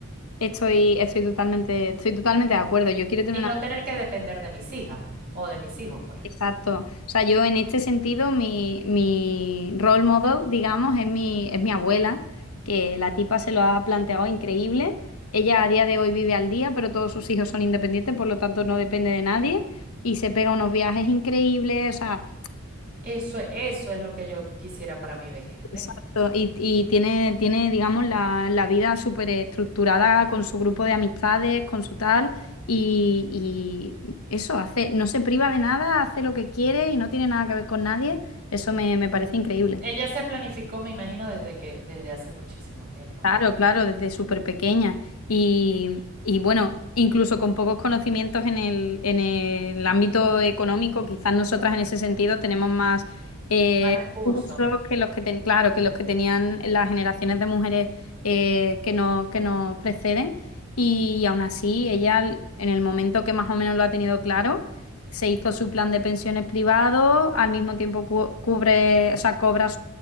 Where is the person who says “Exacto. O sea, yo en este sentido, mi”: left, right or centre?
Left